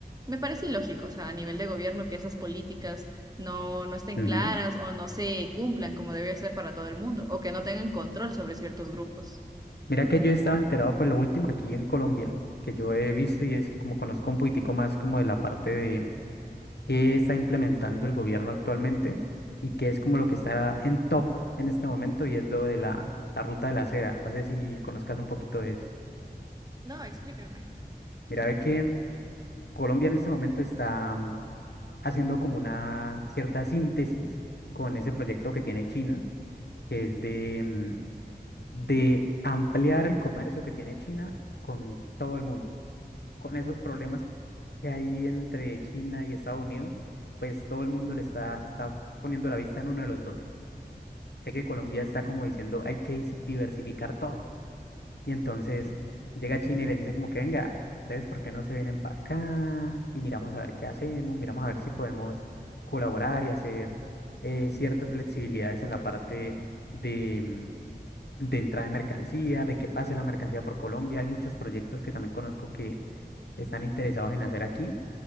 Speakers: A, on the right; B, on the left.
A: me parece ilógico, o sea, a nivel de gobierno, que esas políticas no, no estén
B: ujú.
A: claras o no se cumplan como debe ser para todo el mundo, o que no tengan control sobre ciertos grupos.
B: Mira que yo estaba enterado pues lo último aquí en Colombia, que yo he visto y es como conozco un poquitico más como de la parte de qué está implementando el gobierno actualmente y qué es como lo que está en top en este momento y es lo de la, la ruta de la seda. No sé si conozcas un poquito de eso.
A: No, explícame.
B: Mira, ve que Colombia en este momento está haciendo como una cierta síntesis con ese proyecto que tiene China, que es de, mm, de ampliar el comercio que tiene China con todo el mundo. Con esos problemas que hay entre China y Estados Unidos, pues todo el mundo le está, está poniendo la vista en uno de los dos. Sé que Colombia está como diciendo, hay que dis- diversificar todo. Y entonces llega China y les dice como que venga, ustedes por qué no se vienen para acá y miramos a ver qué hacemos, miramos a ver si podemos colaborar y hacer eh, ciertas flexibilidades en la parte de, mm, de entrada de mercancía, de que pase la mercancía por Colombia. Hay muchos proyectos que también conozco que están interesados en hacer aquí,